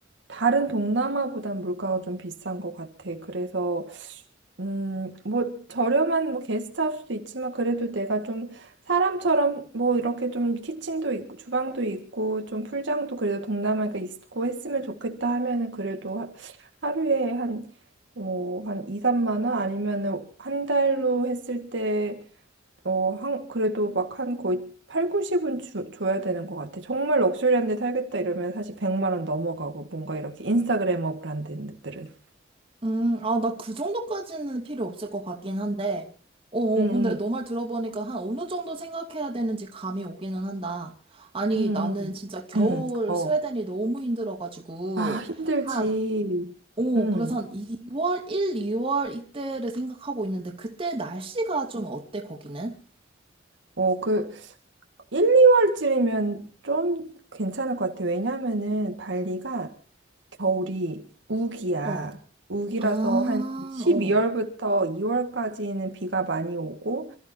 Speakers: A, on the right; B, on the right.
A: 다른 동남아보단 물가가 좀 비싼 것 같아. 그래서, 음, 뭐, 저렴한 뭐 게스트하우스도 있지만, 그래도 내가 좀 사람처럼 뭐 이렇게 좀 키친도 있고, 주방도 있고, 좀 풀장도 그래도 동남아가 있고 했으면 좋겠다 하면은 그래도 하, 하루에 한, 뭐, 한 2, 3만 원 아니면은 한 달로 했을 때 어, 한, 그래도 막 한 거의 8, 90은 주, 줘야 되는 것 같아. 정말 럭셔리한 데 살겠다 이러면 사실 100만 원 넘어가고 뭔가 이렇게 인스타그래머 브랜드들은.
B: 음, 아, 나 그 정도까지는 필요 없을 것 같긴 한데. 어, 어,
A: 음,
B: 근데 너 말 들어보니까 한 어느 정도 생각해야 되는지 감이 오기는 한다. 아니,
A: 음,
B: 나는
A: 음,
B: 진짜 겨울
A: 음. 음. 어.
B: 스웨덴이 너무 힘들어가지고,
A: 아, 힘들지.
B: 한, 어,
A: 음.
B: 그래서 한 2월, 1, 2월 이때를 생각하고 있는데, 그때 날씨가 좀 어때, 거기는?
A: 어, 그 1, 2월쯤이면 좀 괜찮을 것 같아. 왜냐면은 발리가 겨울이 우기야.
B: 어.
A: 우기라서
B: 아,
A: 한 12월부터
B: 어.
A: 2월까지는 비가 많이 오고